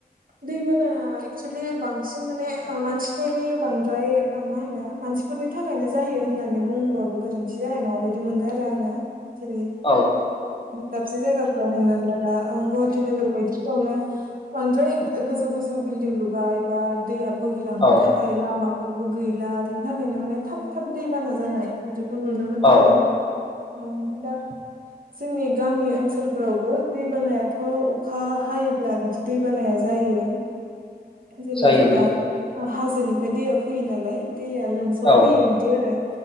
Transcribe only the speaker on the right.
दैबाना एक्सुेलि बांसिन माने मानसिफोरनि बांद्राय ओ मा होनो मानसिफोरनि थाखायनो जायो होननानै बुंबाबो गोरोन्थि जानाय नङा बायदि मोनो आरो <unintelligible> जेरै
दाबसे जायगाफ्राव हमनानै ला दा गुवाहाटि नोगोर बायदिफ्रावनो बांद्राय गोजौ गोजौ बिल्डिं लुबाय बा दैया बोहैलांनो
थाखाय लामा बबो गैला बिनि थाखायनो माने थाब थाब दैबाना जानाय बिदिखौ नुनो मोनो
आरो औ आदा
जोंनि गामि ओनसोलफोरावबो दैबानायाथ' अखा हायोब्ला बिदि दैबानाया जायो
जेरै-जोंना
हाजोनिफ्राय दैया फैयो नालाय दैया लोमसाव
फैयो बिदि आरो